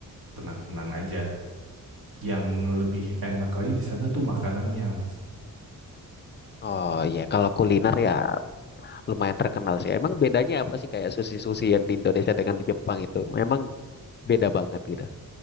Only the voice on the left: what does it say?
Oh iya, kalau kuliner ya lumayan terkenal sih. Emang bedanya apa sih kayak sushi-sushi yang di Indonesia dengan di Jepang itu? Memang beda banget gitu.